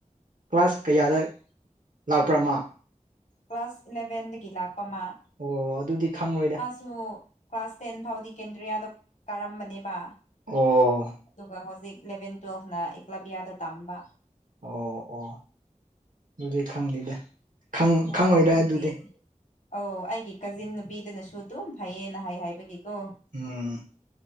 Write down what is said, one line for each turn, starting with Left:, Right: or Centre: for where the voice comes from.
Right: ꯀ꯭ꯂꯥꯁ ꯀꯌꯥꯗ ꯂꯥꯛꯄ꯭ꯔ ꯃꯥ
Left: ꯀ꯭ꯂꯥꯁ ꯏꯂꯚꯦꯟꯗꯒꯤ ꯂꯥꯛꯄ ꯃꯥ
Right: ꯑꯣ ꯑꯗꯨꯗꯤ ꯈꯪꯉꯣꯏꯗ
Left: ꯇꯨ ꯀ꯭ꯂꯥꯁ ꯇꯦꯟ ꯐꯥꯎꯗꯤ ꯀꯦꯟꯗ꯭ꯔꯤꯌꯥꯗ ꯀꯥꯔꯝꯕꯅꯦꯕ
Right: ꯑꯣ
Left: ꯑꯗꯨꯒ ꯍꯧꯖꯤꯛ ꯏꯂꯚꯦꯟ ꯇꯨꯋꯦꯜꯐꯅ ꯑꯦꯀꯂꯥꯕ꯭ꯤꯌꯥꯗ ꯇꯝꯕ
Right: ꯑꯣ ꯑꯣ ꯑꯗꯨꯗꯤ ꯈꯪꯗꯦꯗ ꯈꯪ
Left: ꯍꯣꯏ
Right: ꯈꯪꯉꯣꯏꯗ
Left: ꯑꯗꯨꯒꯤ
Right: ꯑꯗꯨꯗꯤ
Left: ꯑꯧ ꯑꯩꯒꯤ ꯀꯖꯤꯟ ꯅꯨꯄꯤꯗꯅꯁꯨ ꯑꯗꯨꯝ ꯐꯩꯌꯦꯅ ꯍꯥꯏ ꯍꯥꯏꯕꯒꯤꯀꯣ
Right: ꯎꯝ